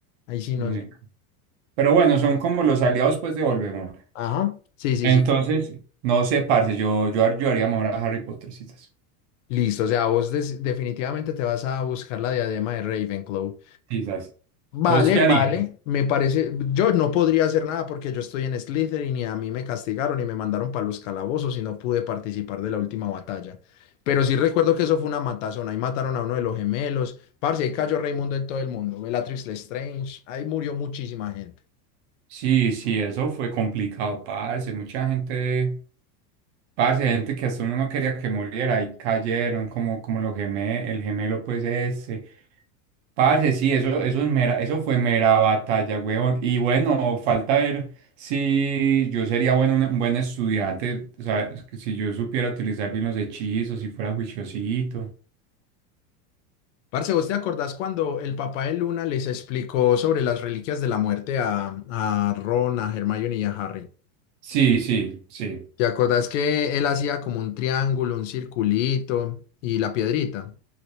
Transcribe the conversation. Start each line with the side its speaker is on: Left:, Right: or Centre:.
Left: Ahí sí no
Right: ne-
Left: sé.
Right: pero bueno, son como los aliados, pues, de Voldemort.
Left: Ajá, sí, sí,
Right: Entonces,
Left: sí.
Right: no sé, parce, yo, yo, yo haría mejor a Harry Pottercitas.
Left: Listo, o sea, vos des- definitivamente te vas a buscar la diadema de Ravenclaw.
Right: Quizás.
Left: Vale,
Right: ¿Vos qué
Left: vale,
Right: harías?
Left: me parece, yo no podría hacer nada porque yo estoy en Slytherin y a mí me castigaron y me mandaron para los calabozos y no pude participar de la última batalla. Pero sí recuerdo que eso fue una matazón, ahí mataron a uno de los gemelos, parce, ahí cayó Raimundo en todo el mundo, Bellatrix Lestrange, ahí murió muchísima gente.
Right: Sí, sí, eso fue complicado, parce. Mucha gente, parce, gente que hasta uno no quería que muriera y cayeron como, como los gemé, el gemelo, pues ese. Parce, sí, eso, eso es mera, eso fue mera batalla, huevón. Y bueno, falta ver si yo sería bueno, un buen estudiante, o sea, es que si yo supiera utilizar bien los hechizos, si fuera juiciosito.
Left: Parce, ¿vos te acordás cuando el papá de Luna les explicó sobre las reliquias de la muerte a, a Ron, a Hermione y a Harry?
Right: Sí, sí, sí.
Left: ¿Te acordás que él hacía como un triángulo, un circulito y la piedrita?